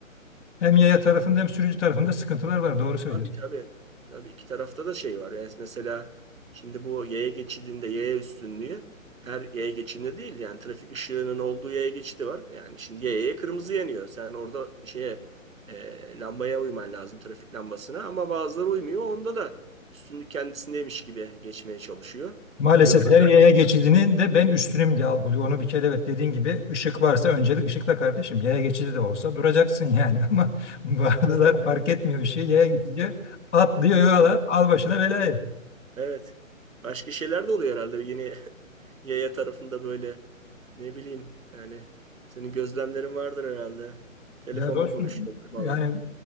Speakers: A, on the left; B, on the right.
A: hem yaya tarafında hem sürücü tarafında sıkıntılar var. Doğru söylüyorsun.
B: Tabii tabii. Tabii iki tarafta da şey var. Yani mesela şimdi bu yaya geçidinde yaya üstünlüğü her yaya geçidinde değil yani trafik ışığının olduğu yaya geçidi var. Yani şimdi yayaya kırmızı yanıyor. Sen orada şeye e, lambaya uyman lazım trafik lambasına ama bazıları uymuyor. Onda da üstünlük kendisindeymiş gibi geçmeye çalışıyor.
A: Maalesef
B: Öbür
A: her
B: taraf
A: yaya geçidinin de ben üstünüm diye algılıyor. Onu bir kere evet dediğin gibi ışık varsa öncelik ışıkla kardeşim. Yaya geçidi de olsa duracaksın yani <laughs> ama bazıları
B: evet.
A: fark etmiyor ışığı. Yaya geçidi atlıyor yola
B: Yani
A: al başına belayı.
B: Evet. Başka şeyler de oluyor herhalde. Yine <laughs> yaya tarafında böyle ne bileyim yani senin gözlemlerin vardır herhalde. Telefonla
A: Ya dostum
B: konuşuyor falan.
A: yani